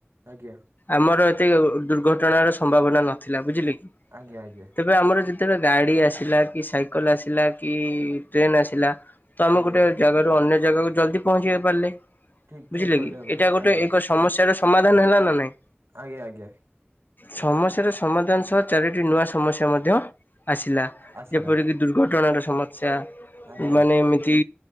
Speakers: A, on the right; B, on the left.
A: ଆଜ୍ଞା
B: ଆମର ଏତେ ଦୁର୍ଘଟଣାର ସମ୍ଭାବନା ନଥିଲା ବୁଝିଲେ କି?
A: ଆଜ୍ଞା ଆଜ୍ଞା।
B: ଏବେ ଆମର ଯେତେବେଳେ ଗାଡି ଆସିଲା କି ସାଇକେଲ ଆସିଲା କି ଟ୍ରେନ ଆସିଲା ତ ଆମେ
A: ଆଜ୍ଞା
B: ଗୋଟେ ଜାଗାରୁ ଅନ୍ୟ ଜାଗାକୁ ଜଲ୍ଦି ପହଞ୍ଚିଇ ପାରିଲେ
A: ଠିକ ଠିକ
B: ବୁଝିଲେ
A: କହିଲେ
B: କି
A: ଆପଣ
B: ଏଇଟା ଗୋଟେ
A: ଆଜ୍ଞା
B: ଏକ ସମସ୍ୟାର ସମାଧାନ ହେଲା ନା ନାଇଁ
A: ଆଜ୍ଞା ଆଜ୍ଞା।
B: ସମସ୍ୟାର ସମାଧାନ ସହ ଚାରିଟି ନୂଆ ସମସ୍ୟା ମଧ୍ୟ ଆସିଲା
A: ଆସିଲା
B: ଯେପରିକି ଦୁର୍ଘଟଣାର ସମସ୍ୟା
A: ଆଜ୍ଞା
B: ମାନେ ଏମିତି